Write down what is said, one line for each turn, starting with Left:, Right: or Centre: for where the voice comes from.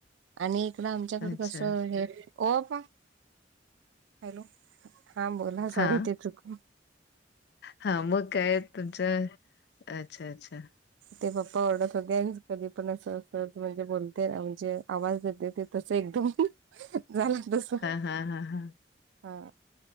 Right: आणि इकड आमच्याकड
Left: अच्छा
Right: कसं हे हो पप्पा हॅलो हा बोला
Left: हा
Right: सॉरी ते चुकनं
Left: हा मग काय तुमचं अच्छा अच्छा
Right: ते पप्पा ओरडत होते कधी पण असं अस म्हणजे बोलते आमचे आवाज येते ते तस एकदम झालं तस
Left: हा हा हा हा
Right: हा